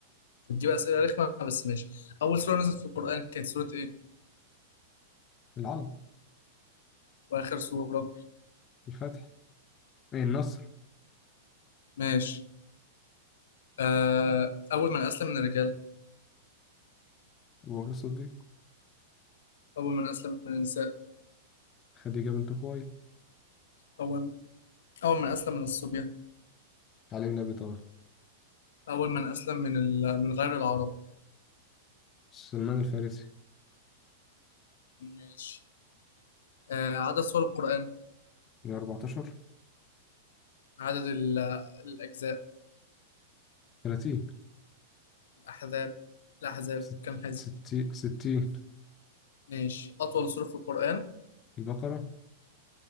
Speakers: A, on the left; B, on the left.
A: بتجيب اسئله رخمه بس ماشي اول سوره نزلت في القران كانت سوره ايه
B: العلم
A: واخر سوره
B: الفتح إيه النصر
A: ماشي آه اول من اسلم من الرجال
B: أبو بكر الصديق
A: اول من اسلم من النساء
B: خديجة بنت خويلد
A: اول اول من اسلم من الصبية
B: علي بن أبي طالب
A: اول من اسلم من ال... من غير العرب
B: سلمان الفارسي
A: ماشي آه عدد سور القران
B: من 14
A: عدد ال... الاجزاء
B: 30
A: الاحزاب الاحزاب
B: ست-
A: كم حزب
B: ستي- 60
A: ماشي اطول سوره في القران
B: البقرة